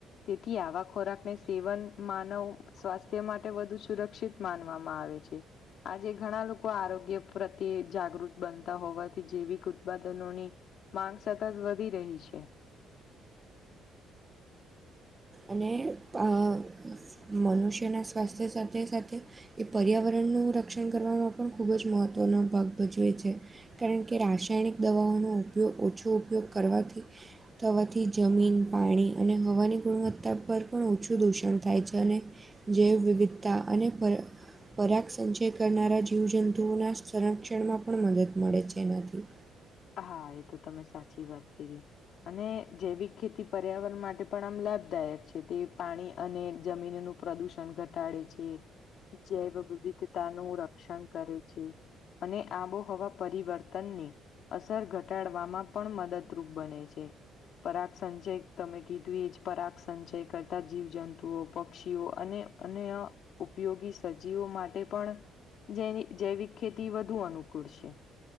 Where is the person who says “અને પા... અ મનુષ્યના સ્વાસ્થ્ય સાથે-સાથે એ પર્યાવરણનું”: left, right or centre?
Right